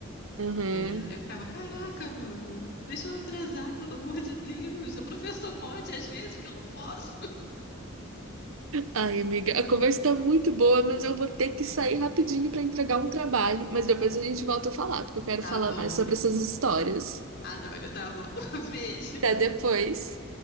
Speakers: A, on the right; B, on the left.
A: uhum.
B: Era- Eu ficava, caraca, mano, deixa eu atrasar, pelo amor de Deus. O professor pode, às vezes, porque eu não posso.
A: Ai, amiga,
B: <laughs>
A: a conversa tá muito boa, mas eu vou ter que sair rapidinho pra entregar um trabalho. Mas depois a gente volta a falar, porque eu quero
B: Tá
A: falar
B: bom,
A: mais
B: amigo.
A: sobre essas histórias.
B: Adoro, tá bom. <laughs> Beijo.
A: Até depois.